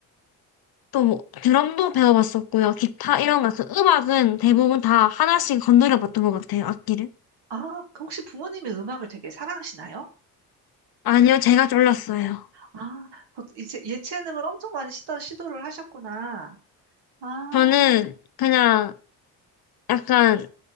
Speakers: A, on the left; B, on the right.
A: 또 뭐, 드럼도 배워봤었고요. 기타 이런 거, 그 음악은 대부분 다 하나씩 건드려봤던 것 같아요, 악기를.
B: 아, 그 혹시 부모님이 음악을 되게 사랑하시나요?
A: 아니요, 제가 졸랐어요.
B: 아, 곧 이제 예체능을 엄청 많이 시도, 시도를 하셨구나. 아,
A: 저는 그냥 약간,